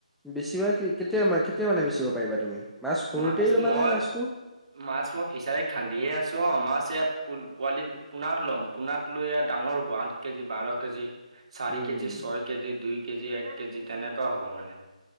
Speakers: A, in the centre; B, on the right.
A: বেছিভাগ কি কেতিয়া মা কেতিয়া মানে বচিব পাৰিবা তুমি সৰুতেই
B: মাছ
A: ল'বানে
B: মই
A: মাছটো?
B: মাছ মই ফিচাৰীত খান্দিহে আছো অ মাছ ইয়াত প পোৱালি পোনাত ল'ম পোণাত লৈ ডাঙৰ হ'ব আঠ কেজি বাৰ কেজি চাৰি
A: উম।
B: কেজি ছয় কেজি দুই কেজি এক কেজি তেনেকুৱা হ'ব মানে